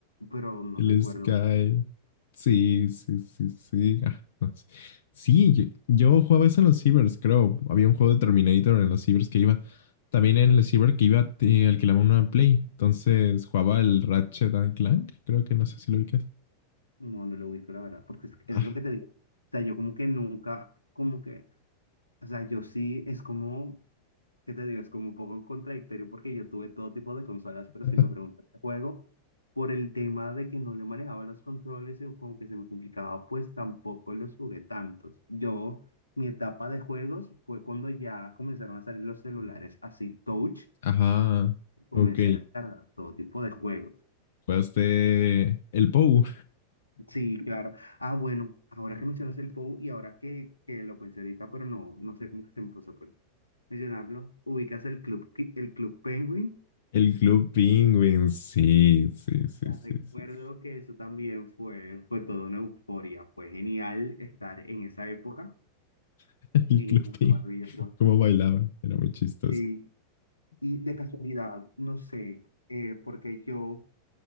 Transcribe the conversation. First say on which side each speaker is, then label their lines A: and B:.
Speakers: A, on the left; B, on the left.
A: pero no
B: El
A: recuerdo.
B: Skype.
A: más.
B: Sí, sí, sí, sí. Ah, no sé. Sí, yo, yo jugaba eso en los cibers, creo. Había un juego de Terminator en los cibers que iba. También en el ciber que iba, te alquilaba una Play. Entonces jugaba el Ratchet and Clank, creo que no sé si lo ubicas.
A: No, no lo ubico, la verdad, porque es, es
B: Ah,
A: lo que te digo. O sea, yo como que nunca, como que, o sea, yo sí, es como, ¿qué te digo? Es como un poco contradictorio porque yo tuve todo tipo de consolas, pero
B: <laughs>
A: si me preguntas de juego, por el tema de que no le manejaba los controles y como que se me complicaba, pues tampoco los jugué tantos. Yo, mi etapa de juegos fue cuando ya comenzaron a salir los celulares así touch,
B: Ajá,
A: comencé
B: ok.
A: a descargar todo tipo de juegos.
B: Jugaste el POU,
A: Sí, claro. Ah, bueno, ahora que mencionas el POU y ahora que, que lo pensé ahorita, pero no, no sé cómo se me pasó por mencionarlo, ubicas el Club, Ki- el Club Penguin.
B: el Club Penguin. Sí, sí, sí,
A: O sea,
B: sí,
A: recuerdo
B: sí. sí.
A: que eso también fue, fue toda una euforia. Fue genial estar en esa época
B: <laughs> El
A: y
B: Club
A: fue
B: Penguin.
A: maravilloso.
B: Cómo bailaban, era muy chistoso.
A: Sí, y de casualidad, no sé, eh, porque yo